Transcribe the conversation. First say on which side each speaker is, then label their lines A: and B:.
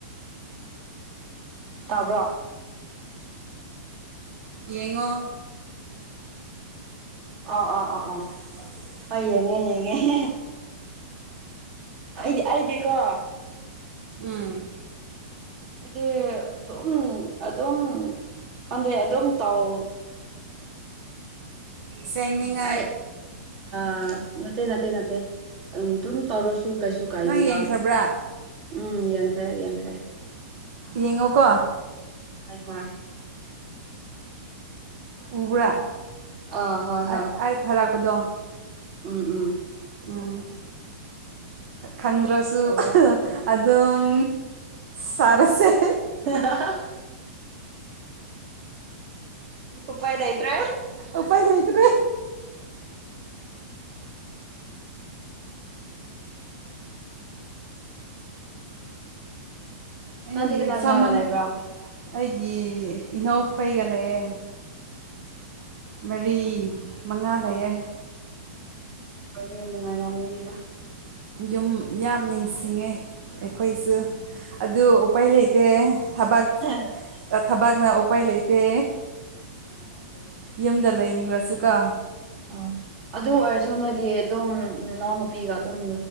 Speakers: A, on the right (about 45°); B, on the right (about 60°).
A: ꯇꯥꯕ꯭ꯔꯣ
B: ꯌꯦꯡꯉꯣ
A: ꯑꯣ ꯑꯥ ꯑ ꯑꯣ
B: <unintelligible>
A: ꯑꯩ ꯌꯦꯡꯉꯦ ꯌꯦꯡꯉꯦ ꯑꯩꯗꯤ ꯑꯩꯗꯤꯀꯣ
B: ꯎꯝ
A: ꯑꯩꯗꯤ ꯑꯗꯨꯝ ꯑꯗꯨꯝ ꯈꯟꯗꯦ ꯑꯗꯨꯝ ꯇꯥꯎ
B: ꯁꯦꯡꯅꯤꯡꯉꯥꯏ
A: ꯑꯩ ꯑ ꯅꯠꯇꯦ ꯅꯠꯇꯦ ꯅꯠꯇꯦ ꯑꯗꯨꯝ ꯇꯧꯔꯨꯁꯨ ꯀꯩꯁꯨ ꯀꯥꯏꯗꯦꯗ
B: ꯅꯪ ꯌꯦꯡꯈ꯭ꯔꯕ꯭ꯔꯥ
A: ꯎꯝ ꯌꯦꯡ ꯈ꯭ꯔꯦ ꯌꯦꯡꯈ꯭ꯔꯦ
B: ꯌꯦꯡꯉꯣꯀꯣ
A: ꯍꯣꯏ ꯍꯣꯏ
B: ꯎꯕ꯭ꯔꯥ
A: ꯑꯥ ꯍꯣꯏ ꯍꯣꯏ
B: ꯑꯩ ꯑꯩ ꯊꯥꯔꯛꯄꯗꯣ
A: ꯎꯝ ꯎꯝ
B: ꯎꯝ ꯈꯪꯗ꯭ꯔꯁꯨ
A: ꯇꯧꯋꯦ
B: ꯑꯗꯨꯝ ꯁꯥꯔꯁꯦ
A: <unintelligible> ꯎꯄꯥꯏ ꯂꯩꯇꯔꯦ
B: ꯎꯄꯥꯏ ꯂꯩꯇꯔꯦ ꯑꯩ
A: ꯅꯪꯗꯤ ꯀꯅꯥ ꯀꯅꯥꯒ
B: ꯁꯥꯃꯟ
A: ꯂꯩꯕ꯭ꯔꯥ
B: ꯑꯩꯒꯤ ꯏꯅꯥꯎꯈꯣꯏꯒ ꯂꯩꯑꯦ ꯃꯔꯤ ꯃꯉꯥ ꯂꯩꯌꯦ
A: ꯋꯥꯔꯤ ꯅꯨꯡꯉꯥꯏꯔꯝꯒꯅꯤꯗ
B: ꯌꯨꯝ ꯌꯥꯝ ꯅꯤꯡꯁꯤꯡꯉꯦ ꯑꯩꯈꯣꯏꯁꯨ ꯑꯗꯨ ꯎꯄꯥꯏ ꯂꯩꯇꯦ ꯊꯕꯛ
A: ꯍ <unintelligible>
B: ꯊꯕꯥꯛꯅ ꯎꯄꯥꯏ ꯂꯩꯇꯦ
A: ꯑꯥ ꯑꯗꯨꯅꯦ
B: ꯌꯨꯝꯗ ꯂꯩꯅꯤꯡꯂꯁꯨ ꯀꯣ
A: ꯑꯥ ꯑꯗꯨ ꯑꯣꯏꯔꯁꯨ ꯅꯣꯏꯗꯤ ꯑꯗꯨꯝ ꯏꯅꯥꯎ ꯅꯨꯄꯤꯒ ꯑꯗꯨꯝ